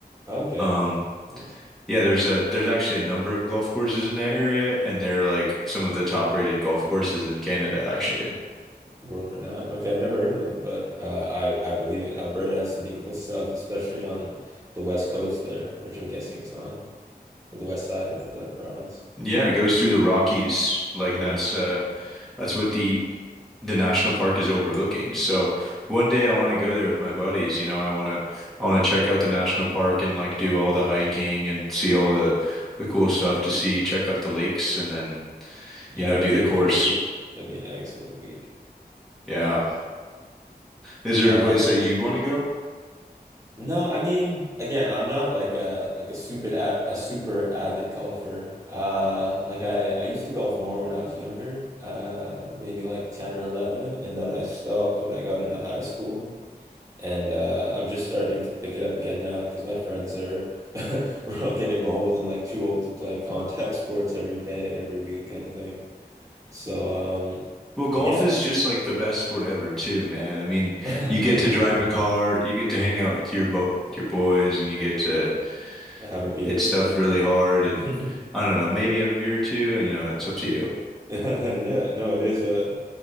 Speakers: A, on the right (about 20°); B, in the centre.
A: Oh, Okay.
B: Um,
A: Nice.
B: Yeah, there's a there's actually a number of golf courses in that area, and they're like some of the top rated golf courses in Canada, actually.
A: World renowned. Okay, I've never heard of them, but uh, I I believe it. Alberta has some beautiful stuff, especially on the west coast there, which I'm guessing it's on, or the west side of the province.
B: Yeah, it goes through the Rockies. Like
A: hmm
B: that's uh that's what the the national park is overlooking. So one day I want to go there with my buddies. You know, I want to I want to check out the national park and like do all the hiking and see all the the cool stuff to see, check out the lakes, and then
A: Yeah,
B: you know
A: that'd
B: do
A: be
B: the course.
A: a good week. That'd be an excellent week.
B: Yeah, is there
A: Uh,
B: a place that you'd want to go?
A: no, I mean, again, I'm not like a like a super a, a super avid golfer. Uh, like I I used to golf more when I was younger, uh, maybe like 10 or 11, and then I stopped when I got into high school. And uh, I'm just starting to pick it up again now because my friends are <laughs> we're all getting old and like too old to play contact sports every day, every week kind of thing. So um
B: Well, golf
A: yeah.
B: is just like the best sport ever, too, man. I mean,
A: <laughs>
B: you get to drive
A: True.
B: a car, you get to hang out with your bo with your boys, and you get to
A: Have a beer
B: hit
A: or
B: stuff
A: two, yeah.
B: really hard, and
A: <laughs>
B: I don't know, maybe have a beer or two. You know, that's up to you.
A: Yeah, no, it is a